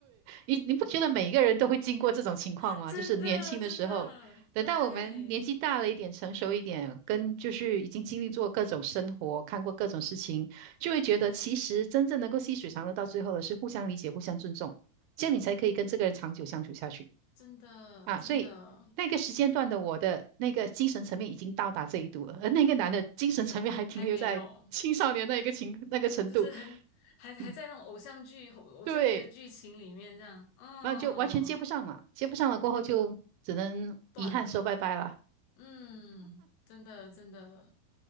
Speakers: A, on the right; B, on the left.
A: 你你不觉得每一个人都会经过这种情况吗？
B: <laughs> 真的真的，
A: 就是年轻的时候，等到我们年纪大了一点、
B: 对，
A: 成熟一点，跟就是已经经历过各种生活、看过各种事情，就会觉得其实真正能够细水长流到最后的是互相理解、互相尊重，这样你才可以跟这个人长久相处下去
B: 真的真的
A: 啊。所以那个时间段的我的那个精神层面已经到达这一度了，而那个男的精神层面还停留在青少年那一个情那个程度，
B: 还没有，就是很还还在那种偶像剧偶偶像剧的剧情里面这样，
A: 嗯，对。
B: 嗯，
A: 那就完全接不上嘛，接不上了过后就只能遗憾说拜拜了。
B: 断了，嗯，真的真的，